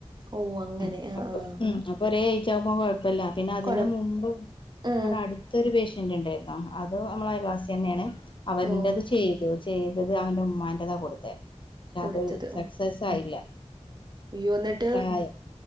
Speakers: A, on the right; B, on the left.
A: ഓഹ് അങ്ങനെ
B: ഉം
A: ആഹ്
B: അപ്പൊ
A: ആഹ്
B: ഉം അപ്പൊ ഒരേ ഏജാവുമ്പോ കൊഴപ്പല്ല പിന്നെ അതിന്
A: കൊഴ
B: മുമ്പ്
A: ഉം
B: ഇവിടെ അടുത്തൊരുപേശ്യന്റ് ണ്ടായിരുന്നോ അത് നമ്മൾ അയൽവാസിന്നെണ് അവന്റെത്
A: ഓഹ്
B: ചെയ് ചെയ്തത് അവന്റെ ഉമ്മാണ്ടാത കൊടുത്തേ ഷേ
A: കൊടുത്തത്
B: അത് സക്സസ്
A: ഉം
B: ആയില്ല
A: അയ്യോ എന്നിട്ട്
B: ആഹ്